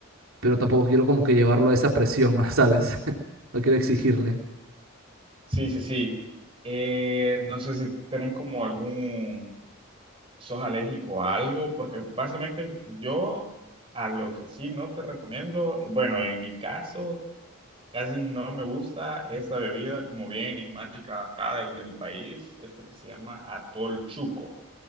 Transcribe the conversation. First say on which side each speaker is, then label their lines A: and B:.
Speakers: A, on the right (about 75°); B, on the right (about 25°).
A: pero tampoco quiero como que llevarlo a esa presión, <laughs> ¿sabes? <laughs> No quiero exigirle.
B: sí, sí, sí. Eh, no sé si tenés como algún, sos alérgico a algo, porque básicamente yo a lo que sí no te recomiendo, eh, bueno, en mi caso Casi no me gusta esta bebida como bien enigmática acá del, del país, este que se llama Atol Chuco.